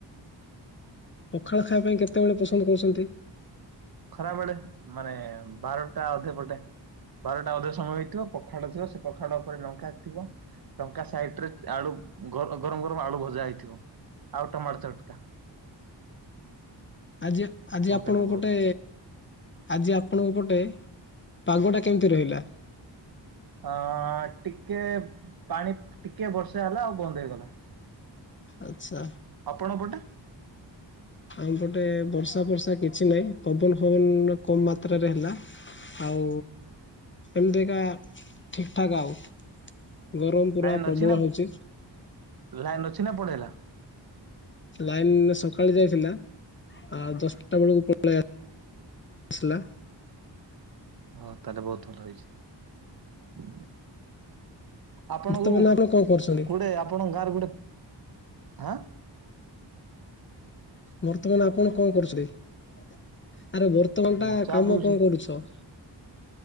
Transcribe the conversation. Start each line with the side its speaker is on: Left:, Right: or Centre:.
Left: ପଖାଳ ଖାଇବା ପାଇଁ କେତେବେଳେ ପସନ୍ଦ କରୁଚନ୍ତି?
Right: ଖରାବେଳେ ମାନେ ବାରଟା ଅଧେ ପଟେ। ବାରଟା ଅଧ ସମୟ ହେଇଥିବ ପଖାଳ ଥିବ ସେ ପଖାଳ ଉପରେ ଲଙ୍କା ଥିବ ଲଙ୍କା ସାଇଟିରେ ଆଳୁ ଗର ଗରମ ଗରମ ଆଳୁ ଭଜା ହେଇଥିବ। ଆଉ ଟମାଟୋ ଚଟ୍କା।
Left: ଆଜି ଆଜି
Right: କୁହନ୍ତୁନି
Left: ଆପଣଙ୍କ
Right: ବହୁତ
Left: ପଟେ
Right: ଭଲ।
Left: ଆଜି ଆପଣଙ୍କ ପଟେ ପାଗଟା କେମିତି ରହିଲା?
Right: ଅଁ ଟିକେ ପାଣି ଟିକେ ବର୍ଷା ହେଲା ଆଉ ବନ୍ଦ ହେଇଗଲା।
Left: ଆଚ୍ଛା।
Right: ଆପଣ ପଟେ?
Left: ଆମପଟେ ବର୍ଷା ଫର୍ଷା କିଛି ନାଇଁ ପବନ ଫବନ କମ୍ ମାତ୍ରାରେ ହେଲା। ଆଉ ଏମିତି କା ଠିକି ଠାକ୍ ଆଉ। ଗରମ ପୁରା
Right: ଲାଇନି
Left: ପ୍ରବଳ
Right: ଅଛି ନା
Left: ହଉଛି
Right: ଲାଇନି ଅଛି ନା ପଳେଇଲା?
Left: ଲାଇନି ସକାଳେ ଯାଇଥିଲା ଆଉ ଦଶଟା ବେଳକୁ ପଳେଇ ଆସିଲା।
Right: ହଁ ତାହେଲେ ବହୁତୁ ଭଲ ହେଇଚି। ଆପଣଙ୍କୁ
Left: ବର୍ତ୍ତମାନ ଆପଣ କଣ କରୁଛନ୍ତି?
Right: ଗୋଟେ ଆପଣଙ୍କ ଗାଁ ରେ ଗୋଟେ ହାଁ
Left: ବର୍ତ୍ତମାନ ଆପଣ କଣ କରୁଥିଲେ ଆରେ ବ ବର୍ତମାନ
Right: ମୁଁ
Left: ଟା
Right: ଚା
Left: କାମ
Right: ପିଉଛି।
Left: କଣ କରୁଛ?